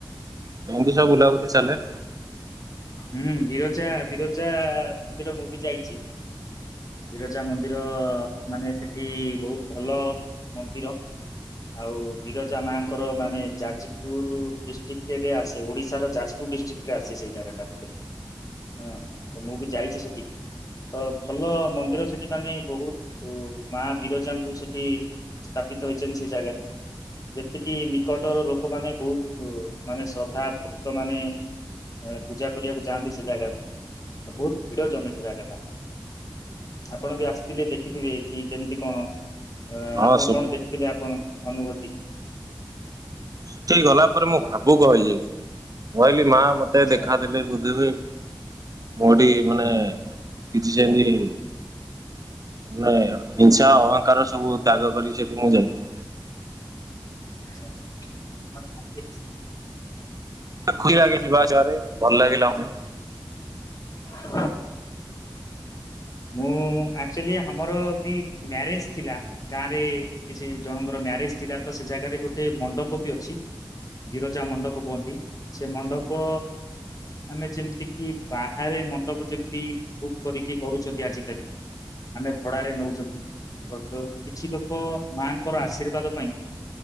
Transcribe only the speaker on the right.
ମୁଣ୍ଡିଶା ବୁଲା ବୁଲି ଚାଲେ।
ହଁ
ସେଇଠି ଗଲା ପରେ ମୁଁ ଭାବୁକ ହେଇଯାଇଥିଲି କହିଲି ମା ମତେ
ଦେଖାଦେଲେ <unintelligible> ମୋଠି ମାନେ
ଉମ କିଛି ଜେମେତି ନାଇଁ ମ ହିଂସା ଅହଂଙ୍କାର ସବୁ ତ୍ୟାଗ କରିିକି ସେଠି ମୁଁ ଯାଇଥିଲି
<inaudible> ଲା ଗେ ଯିବାଆସିବାରେ ଭଲ ଲାଗିଲା ମୋତେ